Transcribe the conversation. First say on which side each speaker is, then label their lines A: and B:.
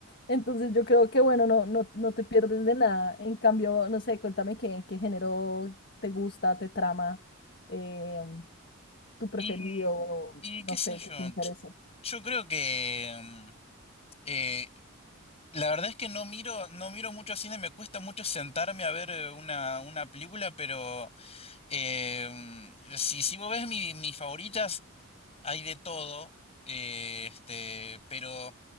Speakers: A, on the left; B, on the left.
A: Entonces yo creo que, bueno, no, no, no te pierdes de nada. En cambio, no sé, cuéntame qué, qué género te gusta, te trama, eh, tu preferido,
B: Y,
A: o
B: y
A: no
B: qué sé
A: sé,
B: yo,
A: que te interese.
B: yo creo que mm, eh, la verdad es que no miro, no miro mucho cine, me cuesta mucho sentarme a ver eh, una, una película, pero eh, mm, si, si vos ves mi- mis favoritas, hay de todo, eh, este, pero